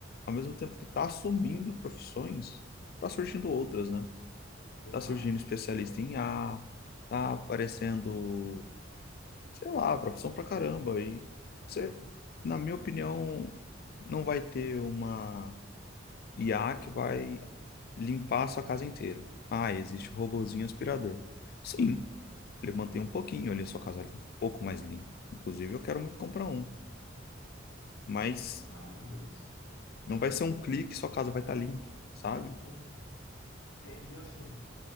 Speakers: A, on the left; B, on the left.
A: ao mesmo tempo que tá assumindo profissões, tá surgindo outras, né?
B: Exato.
A: Tá surgindo especialista em IA, tá aparecendo, sei lá, profissão pra caramba. E você, na minha opinião, não vai ter uma IA que vai limpar a sua casa inteira. Ah, existe o robozinho aspirador. Sim, ele mantém um pouquinho ali a sua casa limpa, um pouco mais limpa. Inclusive, eu quero muito comprar um, mas
B: É maravilhoso.
A: não vai ser um clique, e sua casa vai estar limpa, sabe?
B: Sim. É, e assim,